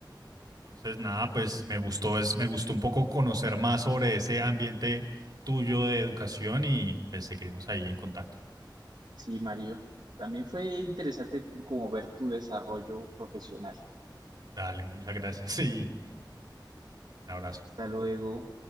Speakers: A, on the right; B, on the right.
A: entonces nada, pues me gustó, es, me gustó un poco conocer más sobre ese ambiente tuyo de educación y pues seguiremos ahí en contacto.
B: Sí, Mario. También fue interesante como ver tu desarrollo profesional.
A: Dale, muchas gracias <laughs> y un abrazo.
B: Hasta luego.